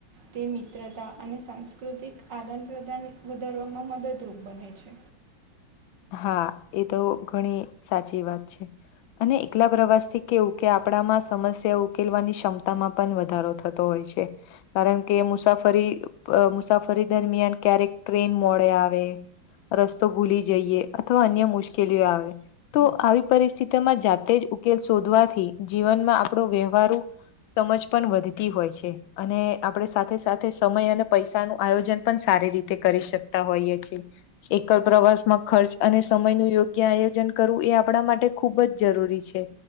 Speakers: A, on the right; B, on the left.
A: તે મિત્રતા અને સાંસ્કૃતિક આદાન-પ્રદાન વધારવામાં મદદરૂપ બને છે.
B: હા, એતો ઘણી સાચી વાત છે. અને એકલા પ્રવાસથી કેવું કે આપણામાં સમસ્યા ઉકેલવાની ક્ષમતામાં પણ વધારો થ તો હોય છે. કારણ કે મુસાફરી મુસાફરી દરમિયાન ક્યારેક ટ્રેન મોડે આવે. રસ્તો ભૂલી જઈએ અથવા અન્ય મુશ્કેલીઓ આવે. તો આવી પરિસ્થિતિમાં જાતે જ ઉકેલ શોધવાથી જીવનમાં આપણો વ્યવહારું સમજ પણ વધતી હોય છે અને આપણે સાથે-સાથે સમય અને પૈસાનું આયોજન પણ સારી રીતે <unintelligible> કરી શકતા હોઈએ છીએ એકલ પ્રવાસમાં ખર્ચ અને સમયનુ યોગ્ય આયોજન કરવું એ આપણા માટે ખૂબ જ જરૂરી છે.